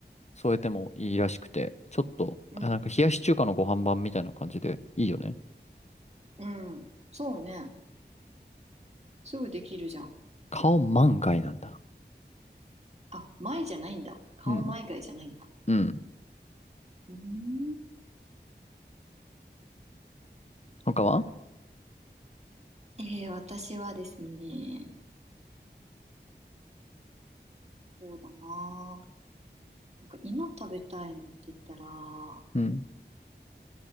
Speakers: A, on the left (about 40°); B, on the right (about 35°).
A: 添えてもいいらしくて、ちょっと、
B: うん、
A: あなんか冷やし中華のご飯版みたいな感じでいいよね。
B: うん。そうね。すぐできるじゃん。
A: 顔万が一なんだ。
B: あ、前じゃないんだ。顔前外じゃないんだ。
A: うん。うん。
B: うーん。
A: 他は
B: えー、私はですね、そうだなあ。なんか今食べたいのって言ったら、私
A: うん。